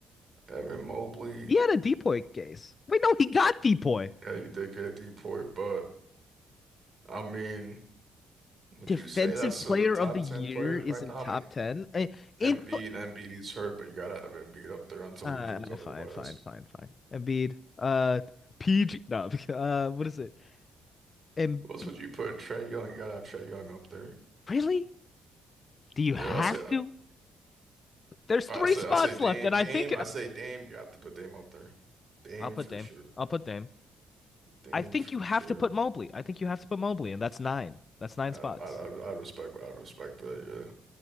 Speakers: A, on the right; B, on the left.
A: Evan Mobley.
B: He had a Depoy case. Wait, no, he got Depoy.
A: Yeah, you did get Depoy, but I mean, would
B: Defensive
A: you say that's
B: player
A: a top
B: of the year
A: 10 player
B: is
A: right
B: in
A: now?
B: top
A: I mean,
B: ten. Uh, In
A: Embiid, Embiid is hurt, but you gotta have Embiid up there until
B: uh
A: he proves otherwise.
B: fine, fine, fine, fine. Embiid. Uh PG no, <laughs> uh what is it? Embiid
A: What else would you put? Trey Young, you gotta have Trey Young up there.
B: really? Do you have
A: Yeah, I say, I,
B: to? There's
A: I
B: three
A: say,
B: spots
A: I say Dame,
B: left, and I
A: Dame,
B: think
A: I say Dame, you have to put Dame up there. Dame
B: I'll put
A: for
B: Dame.
A: sure.
B: I'll put Dame.
A: Dame
B: I think
A: for
B: you have
A: sure.
B: to put Mobley. I think you have to put Mobley, and that's nine. That's nine
A: Uh,
B: spots.
A: I, I, I respect, I respect that. yeah.